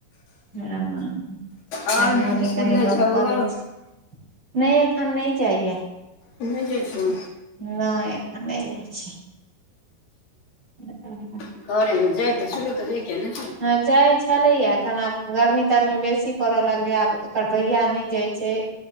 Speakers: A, on the right; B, on the left.
A: हँ
B: आओर
A: तैं कहलिय
B: इसकुल
A: कनि
B: जाइ
A: गप
B: छौ
A: कऽ
B: नहि
A: लै छी। नहि एखन नहि जाईए।
B: नहि जाइ छौ।
A: नहि एखन नहि जाइ छी। ह ह।
B: कहरमे जाइ तऽ शुरू तऽ देखै ने।
A: हँ जाइ छलैए ऐखन आब गर्मी तरमी बेसी पड़य लगलै आब। ओकर भैया नहि जाइ छै।